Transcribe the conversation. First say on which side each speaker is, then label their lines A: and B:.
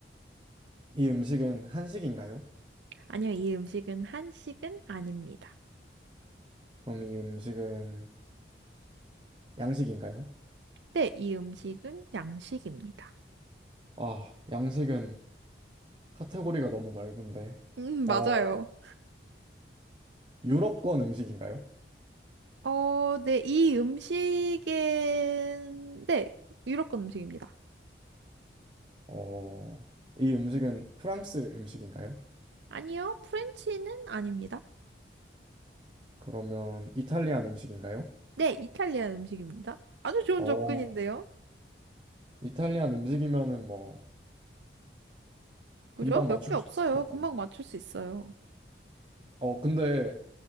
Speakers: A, on the right; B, on the right.
A: 이 음식은 한식인가요?
B: 아니요, 이 음식은 한식은 아닙니다.
A: 그럼 이 음식은 양식인가요?
B: 네, 이 음식은 양식입니다.
A: 아, 양식은 카테고리가 너무 넓은데.
B: 음, 맞아요.
A: 어, 유럽권 음식인가요?
B: 어, 네, 이 음식은 네, 유럽권 음식입니다.
A: 어, 이 음식은 프랑스 음식인가요?
B: 아니요, 프렌치는 아닙니다.
A: 그러면 이탈리안 음식인가요?
B: 네, 이탈리아 음식입니다. 아주 좋은
A: 어,
B: 접근인데요.
A: 이탈리안 음식이면은 뭐
B: 그죠?
A: 금방
B: 몇
A: 맞출
B: 개 없어요.
A: 수 있을 것
B: 금방
A: 같네요.
B: 맞출 수 있어요.
A: 어, 근데